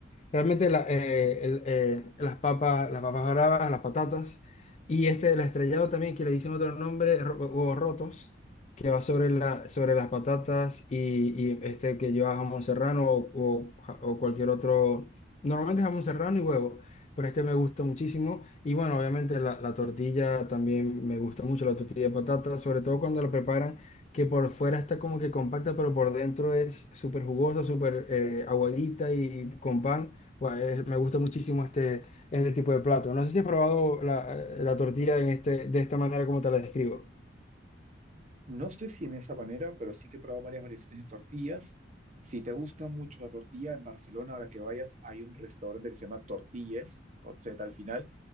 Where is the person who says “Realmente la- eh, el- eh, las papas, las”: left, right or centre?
Left